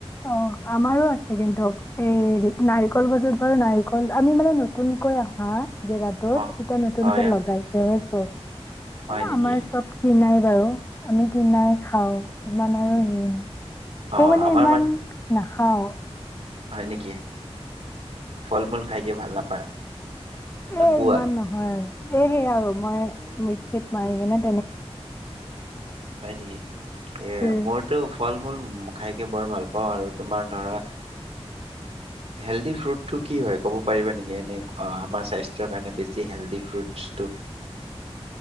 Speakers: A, on the left; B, on the right.
A: অ আমাৰো আছে কিন্তু এই নাৰিকল গছত বাৰু নাৰিকল আমি মানে নতুনকৈ আহা।
B: অ
A: ছ নতুন
B: হয়
A: কে লগাইছেহে। অ।
B: হয়
A: এই
B: নেকি
A: আমাৰ চব কিনাই। জানো। আমি কিনি এই খাওঁ। মানে আৰু। মই
B: অ
A: মানে তামানে
B: আমাৰ
A: ইমান
B: মান
A: না। অহ
B: হয় নেকি। ফল মূল খাই কিয় ভাল নাপায়। নোপোৱা
A: এ ইমান নহয় আৰু এহে আৰু মই। মিকচিত মাৰিকিনে।
B: হয় নেকি এ
A: উম,
B: মোৰতো ফল মূল খাইকে বৰ ভাল পাওঁ আৰু তুমাৰ ধৰা হেল্ডি ফ্ৰুটটো কি হয় ক'ব পাৰিবা নেকি এনে আমাৰ স্বাস্থ্যৰ কাৰণে বেছি হেলডি ফ্ৰুটছটো।